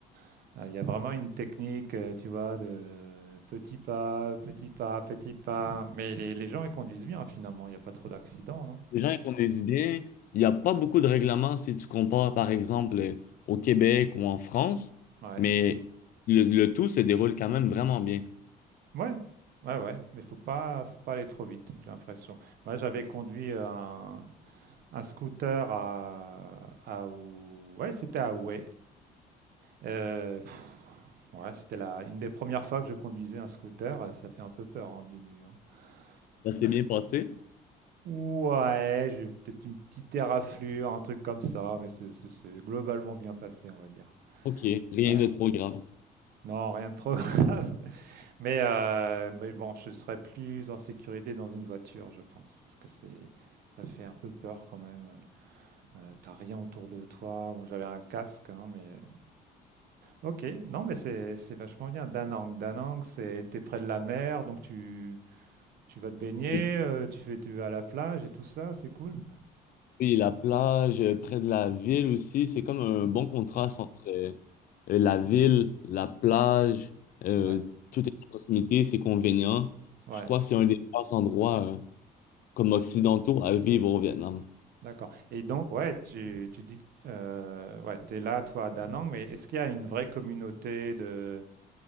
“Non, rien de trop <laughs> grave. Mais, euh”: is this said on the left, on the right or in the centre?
Right